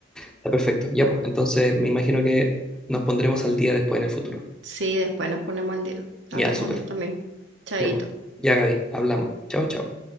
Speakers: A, in the centre; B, on the right.
A: Está perfecto, ya pues, entonces me imagino que nos pondremos al día después en el futuro.
B: Sí, después nos ponemos al día.
A: Ya,
B: Hablamos
A: súper.
B: de esto mismo. Chaito.
A: Ya pues, ya Gaby, hablamos. Chao, chao.